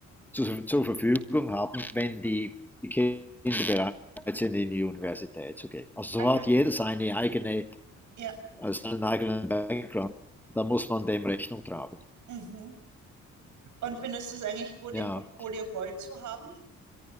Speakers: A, in the centre; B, on the right.
A: zu zur Verfügung haben, wenn
B: ja.
A: die, die Kinder bereit sind, in die Universität zu gehen. Also
B: Ah
A: so
B: ja,
A: hat jeder
B: genau.
A: seine eigene,
B: Ja.
A: äh, seinen eigenen Background. Da muss man dem Rechnung tragen.
B: Mhm. Und findest du es eigentlich gut,
A: Ja,
B: im Portfolio Gold zu haben?